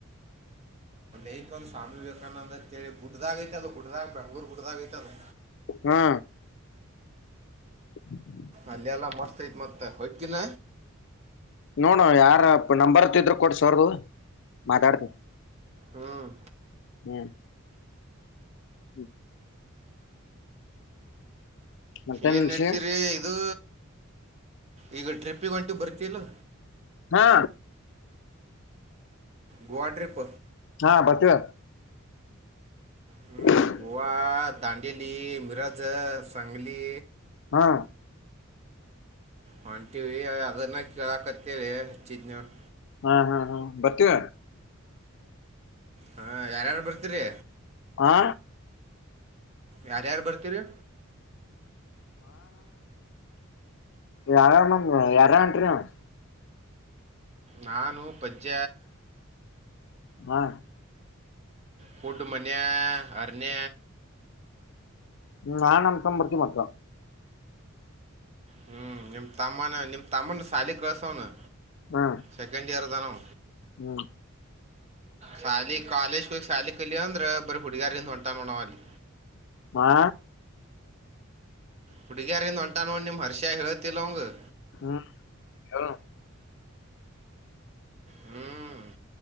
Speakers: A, on the right; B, on the left.
A: ಐತ್ ಒಂದ್ ಸ್ವಾಮಿ ವಿವೇಕಾನಂದಂತೆಳಿ ಗುಡ್ದಾಗೈತದು ಗುಡ್ದಾಗ್ ಬೆಂಗ್ಳೂರ್ ಗುಡ್ದಾಗ ಐತದು.
B: ಹಾ <inaudible>
A: ಅಲ್ಲೇಲ್ಲ ಮಸ್ತ್ ಐತ್ ಮತ್ತ ಹೊಯ್ಕಿನ
B: ನೋಡ ಯಾರ ನಂಬರ್ ತ ಇದ್ರ ಕೊಡ್ಸ್ ಅವ್ರುದ್ ಮಾತಾಡ್ತಿನ್.
A: ಹ್ಮ್
B: ಹ್ಮ್ ಹ್ಮ್ ಮತ್ತೇನ್
A: ಏನು
B: ವಿಷಯ
A: ನಡೆಸಿರಿ ಇದು ಈಗ ಟ್ರಿಪ್ಪಿಗ್ ಹೊಂಟಿವಿ ಬರ್ತಿಲ್ಲೋ.
B: ಹಾ
A: ಗೋವಾ ಟ್ರಿಪ್
B: ಹಾ ಬರ್ತೀವ
A: ಹ್ಞೂ
B: <inaudible>
A: ಗೋವಾ, ದಾಂಡೇಲಿ, ಮೀರಾಜೆ, ಸಂಗ್ಲಿ
B: ಹಾ
A: ಹೊಂಟಿವಿ ಅದನ್ನ ಕೇಳಾಕತ್ತೇಳಿ ಹೆಚ್ಚಿದ್ ನೋಡ್.
B: ಹಾ ಹಾ ಬರ್ತೀವ.
A: ಹಾ ಯಾರ್ಯಾರ್ ಬರ್ತೀರಿ.
B: ಆ
A: ಯಾರ್ಯಾರ್ ಬರ್ತೀರಿ.
B: ಯಾರ್ಯಾರ್ ಬಂದ್ರು ಯಾರ್ಯಾರು ಹೊಂಟೀರಿ ನೀವು
A: ನಾನು ಪಜ
B: ಹಾ
A: ಫುಡ್ ಮಾನ್ಯ ಅರಣ್ಯ
B: ಹ್ಮ್ ಆನ ಸಂ ಪ್ರೃತಿ ಅತ್ರ
A: ಹ್ಮ್ ನಿಮ್ ತಮ್ಮಾನ ನಿಮ್ ತಮ್ಮನ ಶಾಲಿ ಕಳ್ಸೋನು
B: ಹ್ಮ
A: ಸೆಕೆಂಡ್ ಇಯರ್ ಆದ ನಾವ
B: ಹ್ಮ್
A: ಶಾಲಿ ಕಾಲೇಜ್ ಕೋಗ ಶಾಲಿ ಕಲಿ ಅಂದ್ರ ಬರ ಹುಡುಗಾರಿಂದ ಹೊಂಟ ನೋಡಾವ ಅಲ್ಲಿ
B: ಮಾ
A: ಹುಡುಗಿಯರಿಂದ ಹೊಂಟ ನೋಡಿ ನಿಮ್ಮ ಹರ್ಷಿಯ ಹ ಹೇಳುತ್ತತಿಿಲ್ಲವಂಗಗೆ
B: ಹ್ಮ ಹ
A: ಹ್ಮ್